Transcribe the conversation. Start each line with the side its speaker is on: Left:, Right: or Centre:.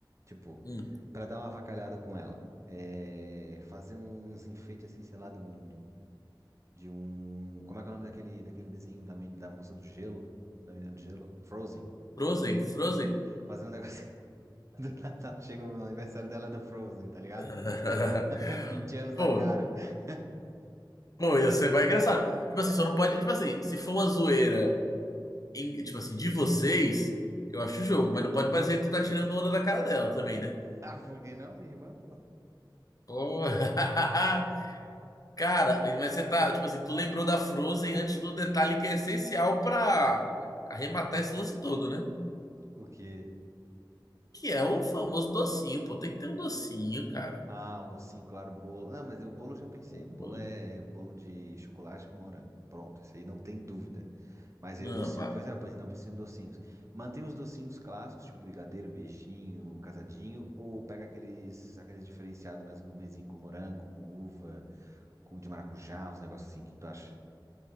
Right: Tipo,
Left: Hum,
Right: pra dar uma avacalhada com ela. É, fazer uns enfeites assim, sei lá, de um. De um. Como é que é o nome daquele, daquele desenho da, men- da moça do gelo? Da menina do gelo? Frozen.
Left: Frozen, Frozen.
Right: Fazer um negocinho. <laughs> Do Natal chega o aniversário dela do Frozen, tá ligado?
Left: <laughs>
Right: <laughs> 20 anos na
Left: Pô,
Right: cara. <laughs>
Left: pô, ia ser mais engraçado. Tipo assim, só não pode. Tipo assim, se for uma zoeira. em- tipo assim, de vocês, eu acho o jogo, mas não pode parecer que tu tá tirando onda da cara dela também, né?
Right: Ah, por que não, minha irmã, pô?
Left: Pô, <laughs> cara, mas você tá, tipo assim, tu lembrou da Frozen antes do detalhe que é essencial pra arrematar esse lance todo, né?
Right: O quê?
Left: Que é o famoso docinho, pô, tem que ter um docinho, cara.
Right: Ah, o docinho, claro, o bolo. Ah, mas o bolo eu já pensei.
Left: Pô,
Right: O bolo
Left: mano.
Right: é bolo de chocolate com morango. Pronto, isso aí não tem dúvida. Mas
Left: Não,
Right: aí o docinho,
Left: mas,
Right: pois é, pois não pensei em docinhos. Mantém os docinhos clássicos, tipo brigadeiro, beijinho, casadinho, ou pega aqueles, aqueles diferenciados mais gourmetzinho com morango, com uva, com de maracujá, uns negócios assim. O que tu acha?